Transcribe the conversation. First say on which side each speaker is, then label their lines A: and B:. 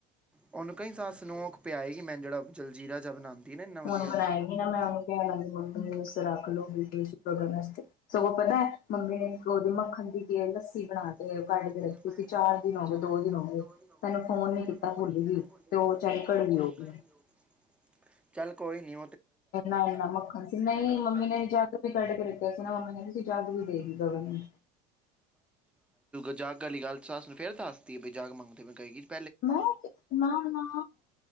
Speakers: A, in the centre; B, on the left.
A: ਉਹਨੂੰ ਕਈ ਸਾਲ ਸਨੋਕ ਪਿਆਏਗੀ ਮੈਂ ਜਿਹੜਾ। ਜਲਜੀਰਾ ਜਿਹਾ ਬਣਾਉਂਦੀ ਨਾ ਇੰਨਾ ਵਧੀਆ
B: ਹੁਣ ਬਣਾਏਗੀ ਨਾ ਮੈਂ ਉਹਨੂੰ ਪਿਆ ਆਦੀ ਮੰਮੀ ਨੂੰ ਰੱਖ ਲਉ ਗਗਨ ਵਾਸਤੇ ਸਗੋਂ ਪਤਾ ਮੰਮੀ ਨੇ ਉਹਦੇ ਮੱਖਣ ਦੀ ਲੱਸੀ ਬਣਾ।
A: <inaudible> ਬਣਾ
B: ਕੇ ਕੱਢ ਕੇ
A: ਤੇ
B: ਰੱਖੀ ਸੀ ਚਾਰ ਦਿਨ ਹੋ
A: ਚਾਰ
B: ਗਏ ਦੋ
A: ਦਿਨ ਹੋ ਗਏ ਦੋ ਦਿਨ ਹੋ
B: ਤੈਨੂੰ
A: ਗਏ
B: ਫੋਨ ਨੀ
A: ਤੈਨੂੰ ਫੋਨ
B: ਭੁੱਲ
A: ਨੀ ਕੀਤਾ
B: ਗਈ
A: ਭੁੱਲ ਵੀ
B: ਤੇ ਉਹ ਵਿਚਾਰੀ
A: ਤੇ
B: ਕੜਵੀ
A: ਉਹ ਵਿਚਾਰੀ
B: ਹੋ ਗਈ।
A: ਘੜੀ ਹੋਗੀ। ਚੱਲ ਕੋਈ ਨੀ
B: ਕਢਨਾ ਇੰਨਾ ਮੱਖਣ ਸੀ ਨਈਂ ਮੰਮੀ ਨੇ ਜਦ ਵੀ ਕੱਢ ਕੇ ਦਿੱਤਾ ਸੀ ਨਾ ਮੰਮੀ ਕਹਿੰਦੀ ਸੀ ਜੱਗ ਵੀ ਦੇ ਦੀ ਗਗਨ ਨੁ।
A: ਜੱਗ ਆਲੀ ਗੱਲ ਸੱਸ ਨੂੰ ਫੇਰ ਦੱਸਦੀ ਐ ਬਈ ਜੱਗ <unintelligible>
B: ਮੈਂ ਨਾ ਨਾ